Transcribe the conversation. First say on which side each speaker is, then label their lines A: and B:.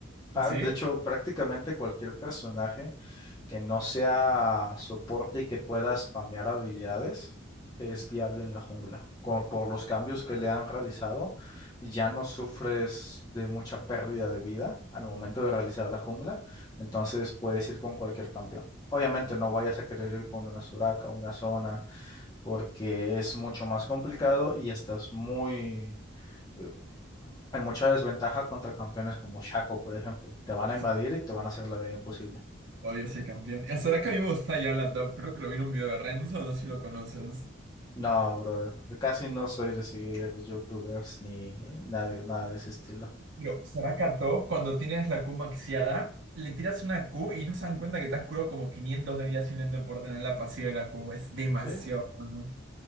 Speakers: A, on the left; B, on the right.
A: Ah,
B: ¿Sí?
A: de hecho, prácticamente cualquier personaje que no sea soporte y que pueda spamear habilidades, es viable en la jungla. Con- por los cambios que le han realizado, ya no sufres de mucha pérdida de vida al momento de realizar la jungla, entonces puedes ir con cualquier campeón. Obviamente no vayas a querer ir con una Soraka, una zona, porque es mucho más complicado y estás muy... eh, Hay mucha desventaja contra campeones como Shaco, por ejemplo. Te van
B: Sí.
A: a invadir y te van a hacer la vida imposible.
B: Odio ese campeón. Y hasta ahora que a mí me gusta ya la top. Creo que lo vi en un video de Renzo, no sé si lo conoces.
A: No, brother. Casi no soy de seguir youtubers ni nadie, nada de ese estilo.
B: Pero será Katov cuando tienes la Q maxiada, le tiras una Q y no se dan cuenta que te has curado como 500 de vida simplemente por tener la pasiva de la Q. Es demasiado
A: Sí.
B: bueno.